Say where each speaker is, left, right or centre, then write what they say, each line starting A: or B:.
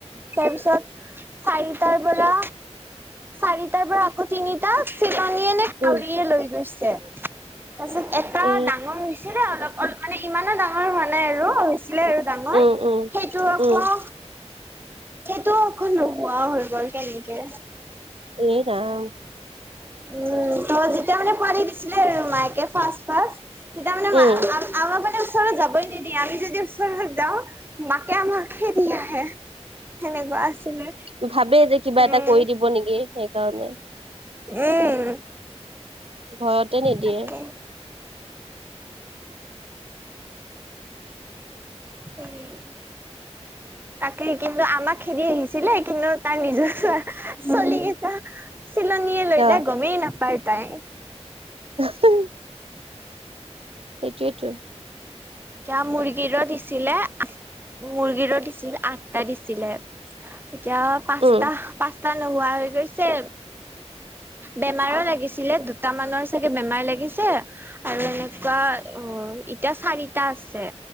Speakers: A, on the right; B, on the right.
A: তাৰ পিছত চাৰিটাৰ পৰা চাৰিটাৰ পৰা আগত তিনিটা চিলনীয়ে নে কাউৰীয়ে
B: উম
A: লৈ গৈছে তাৰপিছত এ
B: এ
A: হৈছিলে অলপ-অলপ মানে ইমানো ডাঙৰ হোৱা নাই আৰু হৈছিলে আৰু ডাঙৰ
B: উম উম
A: সেইটো আকৌ
B: উম
A: সেইটোও অকন নোহোৱাও হৈ গ'ল কেনেকে?
B: এ ৰাম!
A: উম, তই যেতিয়া মানে পাৰি দিছিলে আৰু মাইকে ফাৰ্ষ্ট ফাৰ্ষ্ট তেতিয়া মানে
B: উম
A: মা আ আমাৰ মানে ওচৰত যাবই নিদিয়ে, আমি যদি ওচৰত যাওঁ মাকে আমাক খেদি আহে। সেনেকুৱা আছিলে
B: উহুহু, ভাবে যে কিবা
A: উম
B: এটা কৰি দিব নেকি সেইকাৰণে।
A: উম।
B: ভয়তে নিদিয়ে
A: তাকে উম তাকে কিন্তু আমাক খেল আহিছিলে কিন্তু, তাৰ নিজৰে ছোৱালী কেইটা চিলনীয়ে লৈ
B: অ
A: যায় গমেই নাপায় তাই।
B: <unintelligible> সেইটোৱেইটো
A: এতিয়া মুৰ্গীৰো দিছিলে মুৰ্গীৰো দিছিল আঠটা দিছিলে এতিয়া পাঁচটা
B: উম
A: পচ টা নোহোৱা হৈ গৈছে বেমাৰো লাগিছিলে দুটামানৰ চাগে বেমাৰ লাগিছে আৰু এনেকুৱা অ এতিয়া চাৰিটা আছে